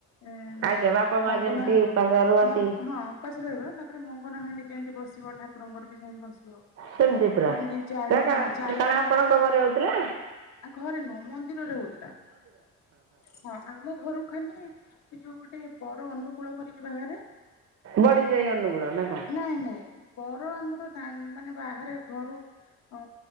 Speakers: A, on the left; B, on the right.
A: ହେଁ
B: ଆଜ୍ଞା ବାପା ମା
A: ମଙ୍ଗନ
B: ଯେମିତି
A: ହାଣ୍ଡି
B: ଉପାସ ରୁହନ୍ତି
A: ମଙ୍ଗ ହଁ। ଉପାସ ରହିବ ତାପରେ ମଙ୍ଗନହାଣ୍ଡି ଯେମିତି ବସିବ ଠାକୁରଙ୍କର ବି ସେମିତି ବସିବ।
B: ସେମିତି ପୁରା
A: ଯେମତି ଚାରି
B: ନା କାରଣ
A: ହଁ ଚାରିଜଣଙ୍କୁ
B: ଆପଣଙ୍କ ଘରେ ହଉଥିଲା
A: ଘରେ ନୁହଁ ମନ୍ଦିରରେ ହଉଥିଲା। ହଁ ଆମ ଘରକୁ ଖାଲି। ଏ ଯୋଉଁ ଗୋଟେ ବର ଅନୁକୂଳ କରିକି ବାହାରେ।
B: ବଢିଯାଏ ଅନୁକୂଳ ନାଁ କଣ?
A: ନାଇଁ ନାଇଁ ବର ଆମର ଦାଣ୍ଡ ମାନେ ବାହାରେ ଘରୁ ଉମ